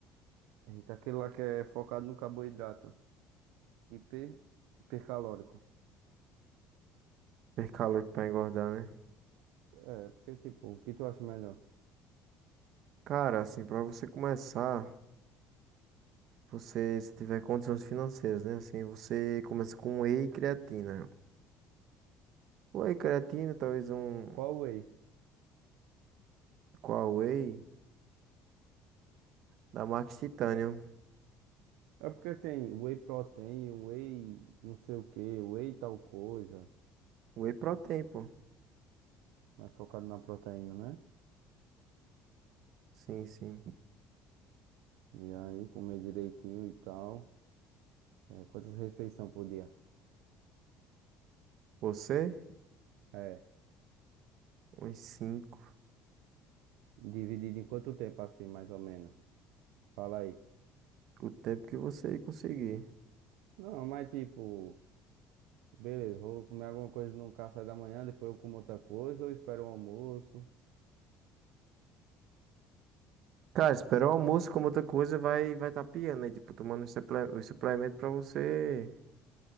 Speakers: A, on the right; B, on the right.
A: Eita, aquele lá que é focado no carboidrato. Hiper... Hipercalórico.
B: Per calórico pra engordar, né?
A: É, porque tipo, o que tu acha melhor?
B: Cara, assim, pra você começar, você, se tiver condições financeiras, né? Assim, você começa com um whey e creatina. Whey creatina, talvez um...
A: Qual whey?
B: Qual whey? Da Max Titanium.
A: É porque tem whey protein, whey não sei o que, whey tal coisa.
B: Whey protein, pô.
A: Mais focado na proteína, né?
B: Sim, sim.
A: E aí, comer direitinho e tal. É, quantas refeições por dia?
B: Você?
A: É.
B: Uns cinco,
A: Dividido em quanto tempo, assim, mais ou menos? Fala aí.
B: O tempo que você conseguir.
A: Não, mas tipo. Beleza, vou comer alguma coisa no café da manhã, depois eu como outra coisa, ou espero o almoço,
B: Cara, esperar o almoço, como outra coisa, vai vai tá piando, né? Tipo, tomando os suple- os suplementos pra você,